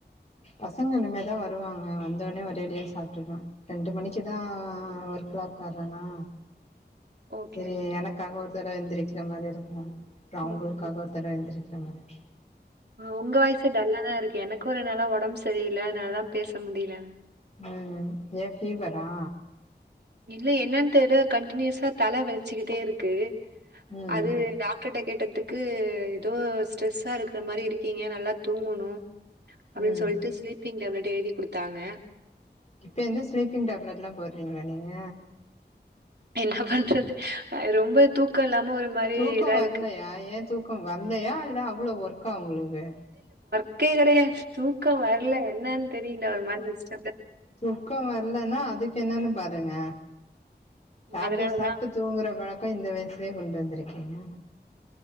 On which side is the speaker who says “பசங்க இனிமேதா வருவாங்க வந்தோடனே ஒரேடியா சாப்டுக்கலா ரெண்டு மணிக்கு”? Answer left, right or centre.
Left